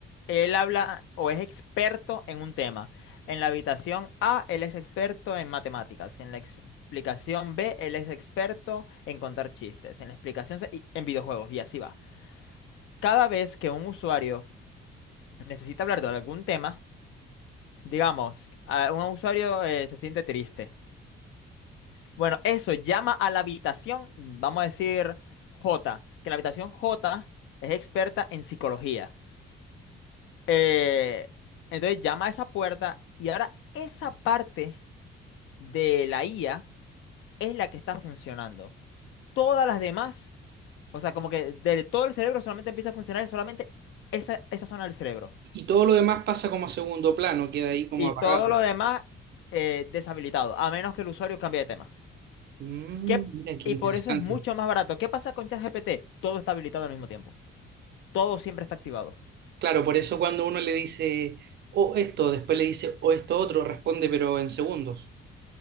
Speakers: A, on the left (about 80°); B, on the right (about 60°).
A: él habla o es experto en un tema. En la habitación A, él es experto en matemáticas. En la explicación B, él es experto en contar chistes. En la explicación C, y- en videojuegos, y así va. Cada vez que un usuario necesita hablar de algún tema, Digamos, a- un usuario eh, se siente triste. Bueno, eso llama a la habitación, vamos a decir J, que la habitación J es experta en psicología. Eh, entonces llama a esa puerta y ahora esa parte de la IA es la que está funcionando. Todas las demás, o sea, como que de todo el cerebro solamente empieza a funcionar solamente esa, esa zona del cerebro.
B: Y todo lo demás pasa como a segundo plano, queda ahí como
A: Y
B: apagado.
A: todo lo demás eh, deshabilitado, a menos que el usuario cambie de tema.
B: Mm,
A: ¿Qué-
B: mira qué
A: y
B: interesante.
A: por eso es mucho más barato. ¿Qué pasa con ChatGPT? Todo está habilitado al mismo tiempo. Todo siempre está activado.
B: Claro, por eso cuando uno le dice o esto, después le dice o esto otro, responde pero en segundos.